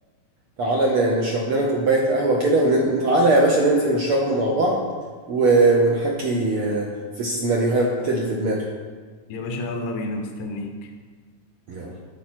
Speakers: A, on the right; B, on the left.
A: تعالى ن- نشرب لنا كوباية قهوة كده وتعالى يا باشا ننزل نشربها مع بعض و... ونحكي آه، في السيناريوهات اللي في دماغي
B: يا باشا يلا بينا مستنيك
A: يلا.